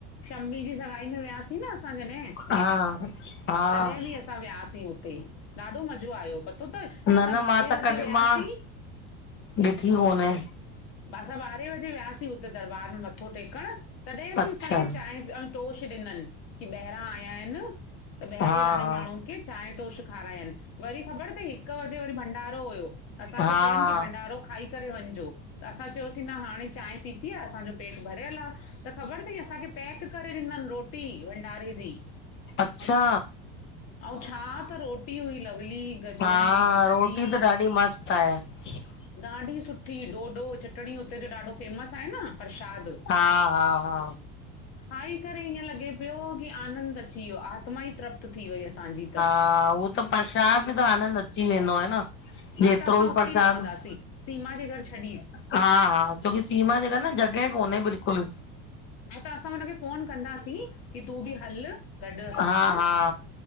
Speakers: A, on the left (about 55°); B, on the left (about 40°).
A: शम्मी जी सगाई में वियासीं न असां जॾहं
B: हा हा
A: तॾह बि अस् सां वियासीं हुते ॾाढो मज़ो आयो पतो तव
B: न
A: असां
B: न
A: ॿारहें
B: मां त
A: बजे
B: कॾहिं
A: वियासीं।
B: मां ॾिठी कोने
A: <unintelligible> सां ॿारहें वजे वियासीं हुते दरबार में मथो टेकण। तॾहिं बि
B: अच्छा
A: असांखे चांए ऐं तोश ॾिनन की ॿाहिरां आया आहिनि। त ॿाहिरे
B: हा
A: वारे
B: हा
A: माण्हून खे चांए तोश खारायन वरी ख़बर तई हिकु वॻे वरी भंडारो हुयो असांखे
B: हा
A: चयन की भंडारो खाई करे वञजो। त असां चयोसीं न हाणे चांय पीती आ, असांजो पेट भरियल आ। त ख़बर तई असांखे पैक करे ॾिनन रोटी भंडारे जी।
B: अच्छा।
A: अऊं छा त रोटी हुई लवली गजरुन
B: हा
A: जी भाॼी
B: रोटी त <unintelligible>
A: ॾाढी सुठी डोडो, चटणी उते जो ॾाढो फेमस आहे न। प्रशाद
B: हा हा हा
A: खाई करे ईअं लॻे पियो की आनंद अची वियो आत्मा ई तृप्त थी वई असांजी त।
B: हा उहो त परशाद मे त आनंद अची वेंदो आ न।
A: हा
B: जेतिरो
A: त असां
B: बि
A: उतेई
B: प्रसाद
A: लहवंदासीं, सीमा जे घर छॾीस।
B: हा हा छोकी सीमा जे घर न जग़ह कोन्हे बिल्कुल।
A: <unintelligible> त असां हुनखे फ़ोन कंदासीं की तूं बि हल। गॾ असां
B: हा
A: सां,
B: हा